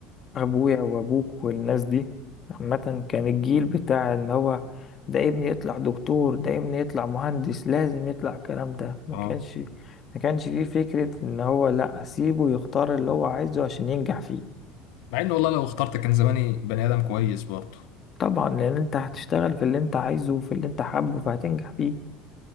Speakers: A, on the left; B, on the left.
A: ابويا وابوك والناس دي عامة كان الجيل بتاع ان هو ده ابني يطلع دكتور ده ابني يطلع مهندس لازم يطلع الكلام ده ما
B: اه
A: كانش ما كانش فيه فكرة ان هو لا اسيبه يختار اللي هو عايزه عشان ينجح فيه
B: مع ان والله لو اخترت كان زماني بني ادم كويس برضه
A: طبعا لان انت هتشتغل في اللي انت عايزه وفي اللي انت حابه فهتنجح فيه